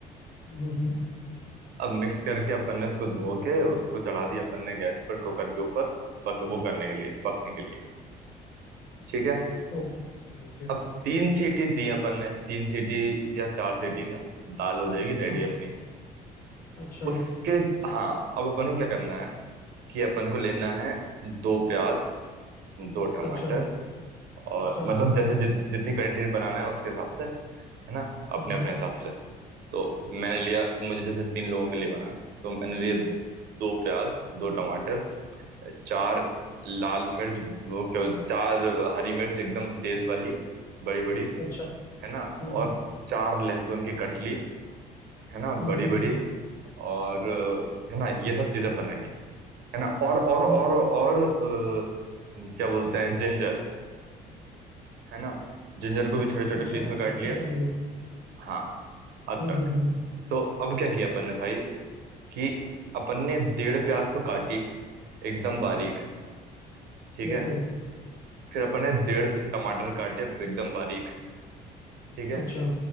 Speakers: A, on the left; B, on the right.
A: हम्म हम्म,
B: अब मिक्स करके अपन ने उसको धो के उसको चढ़ा दिया अपन ने गैस पर कुकर के ऊपर पक वो करने के लिए पकने के लिए ठीक है
A: Okay okay
B: अब तीन सीटी दी अपन ने तीन सीटी या चार सीटी में दाल हो जाएगी रेडी
A: हाँ,
B: अपनी
A: अच्छा
B: उसके हाँ अब अपन को क्या करना है कि अपन को लेना है दो प्याज दो टमाटर
A: अच्छा
B: और
A: अच्छा
B: मतलब जैसे जित, जितनी क्वांटिटी बनाना है उसके हिसाब से है ना अपने
A: हम्म
B: अपने
A: हम्म,
B: हिसाब से तो मैंने लिया मुझे जैसे तीन लोगों के लिए बनाना है तो मैंने लिए दो प्याज दो टमाटर चार लाल मिर्च वो क्या चार हरी मिर्च एकदम तेज वाली बड़ी बड़ी
A: अच्छा
B: है ना और
A: हम्म
B: चार लहसुन की कटली है ना
A: हम्म
B: बड़ी
A: हम्म
B: बड़ी और अ, है ना ये सब चीजें बने ली है ना और और और
A: हम्म,
B: और अ, क्या बोलते हैं जिंजर है ना जिंजर को भी छोटे छोटे
A: अच्छा
B: पीस में
A: अदरक
B: काट लिया
A: अदरक ले
B: हाँ अदरक
A: हम्म हम्म हम्म,
B: तो अब क्या किया अपन ने भाई कि अपन ने डेढ़ प्याज तो काटी एकदम बारीक ठीक
A: बिल्कुल
B: है फिर अपन ने डेढ़ टमाटर काटे एकदम बारीक ठीक है
A: अच्छा